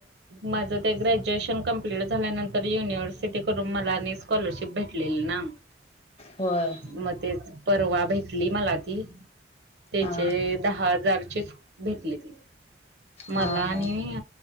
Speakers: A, on the right; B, on the left.
A: माझं ते ग्रॅज्युएशन कम्प्लीट झाल्यानंतर युनिव्हर्सिटी करून मला आणि स्कॉलरशिप भेट भटले ना
B: होय
A: मग ते परवा भेटली मला ती. त्याचे
B: हा
A: दहा हजारचीच भेटली त मला
B: हा हा हा
A: आणि